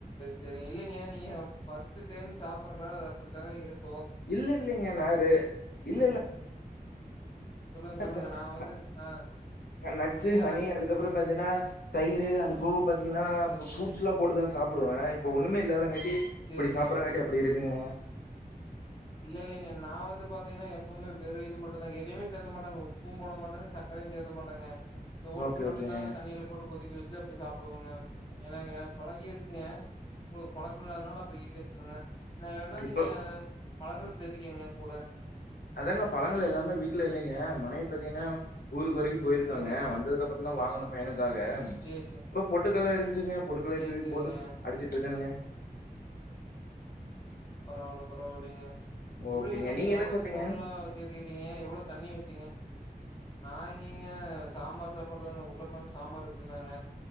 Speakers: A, on the left; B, on the left.
A: சேரி இல்லைங்க நீங்க ஃபர்ஸ்ட்டு டைம் சாப்பட்றதுனால அது அப்டித்தாங்க இருக்
B: இல்ல இல்லலைங்க நாரு இல்ல இல்ல
A: சொல்லுங்க
B: <unintelligible>
A: சொல்லுங்க நா வந்து ஆ
B: நட்ஸு
A: இல்லைங்க
B: ஹனி
A: நா
B: அதுக்கப்றோ பாத்தீங்கன்னா தயிரு அது போக பாத்தீங்கன்னா
A: சேரிங்க
B: ஃப்ரூட்ஸ்லா போட்டுதா சாப்டுவே இப்ப ஒன்னுமே இல்லாதங்காட்டி
A: சேரிங்க
B: இப்டி சாப்பட்றங்காட்டி அப்டி இருக்குங்க
A: இல்ல இல்லைங்க நா வந்து பாத்தீங்கன்னா எப்பவுமே வெரு இது மட்டு தாங்க எதையுமே சேத்த மாட்டாங்க உப்பு போட மாட்டாங்க சக் கரையு சேத்த மாட்டாங்க இந்த ஓட்ஸ்
B: ஓகே,
A: மட்டுதாங்க
B: ஓகேங்க.
A: தண்ணில போட்டு கொதிக்க வச்சி அப்டியே சாப்புடுவங்க ஏனா எனக்கு பழகிருச்சுங்க ஒங்ளுக்கு பழக்கம் இல்லாதனால அப்டி இது இருக்குங்க இல்ல வேணா நீங்க
B: இப்ப
A: பழங்கள்ங்கள் சேத்திகீங்க கூட
B: அதாங்க பழங்கள் எல்லாமே வீட்ல இல்லைங்க மனைவி பாத்தீங்கன்னா ஊர்க்கு வரைக்கு போயிருக்காங்க
A: சேரிங்க
B: வந்ததுக்கப்றோ ஃபுல்லா வாங்கனு பையனுக்காக
A: சேர் சேர்
B: அப்றோ பொட்டுக்கடல இருந்துச்சுங்க பொட்டுக்கடலய
A: சேர்
B: தூவி
A: சேரிங்க
B: போட்டு அடிச்சிட்டு இருக்கானுங்க
A: பரவால பரவாயில்லைங்க எப்டிங்க
B: ஓகேங்க.
A: நீங்க
B: என்ன
A: எவ்ளோ
B: சாப்ட்டீங்க?
A: ஸ்பூன்லா சேத்துக்கிட் நீங்க எவ்ளோ தண்ணி வச்சீங்க நா எங்கிங்க சாம்பார் சாப்பாடுதாங்க உருளக்கெழங்கு சாம்பார் வச்சிருந்தாங்க